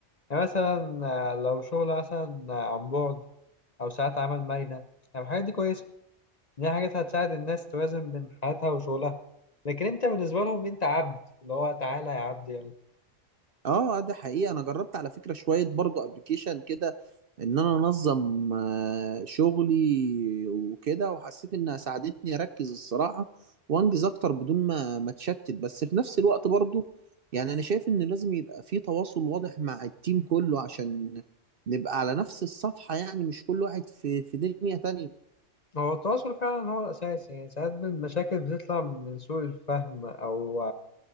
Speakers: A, on the left; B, on the right.
A: يعني مثلا آه، لو شغل مثلا آه، عن بعد أو ساعات عمل مرنة يعني الحاجات دي كويسة دي حاجات هتساعد الناس توازن بين حياتها وشغلها لكن أنت بالنسبة لهم أنت عبد اللي هو تعالى يا عبد يلا
B: اه ده حقيقي انا جربت على فكرة شوية برضو ابلكيشن كده ان انا انظم آه، شغلي وكده وحسيت انها ساعدتني اركز الصراحة وانجز اكتر بدون ما ما اتشتت بس في نفس الوقت برضو يعني انا شايف ان لازم يبقى في تواصل واضح مع التيم كله عشان نبقى على نفس الصفحة يعني مش كل واحد في في دنيا تانية
A: هو التواصل فعلا هو الأساس يعني ساعات المشاكل بتطلع من سوء الفهم أو